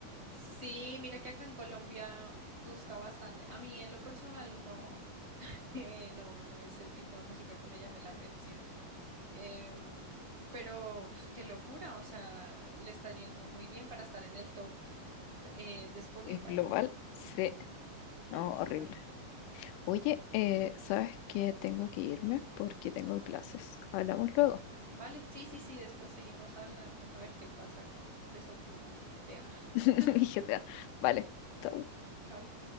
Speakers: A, on the right; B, on the left.
A: Sí, mira que acá en Colombia gusta bastante. A mí en lo personal no, <laughs> Eh, no, no es el tipo de música que me llame la atención. Em, pero uf, qué locura, o sea, le está yendo muy bien para estar en el top eh, de Spotify,
B: es global,
A: ¿no?
B: sí.
A: Qué
B: No,
A: locura.
B: horrible. Oye, eh, ¿sabes qué? Tengo que irme porque tengo clases. Hablamos luego.
A: Vale, sí, sí, sí, después seguimos hablando, a ver qué pasa con Peso Pluma y GTA.
B: <laughs>
A: <laughs>
B: GTA. Vale. chao.
A: Chao.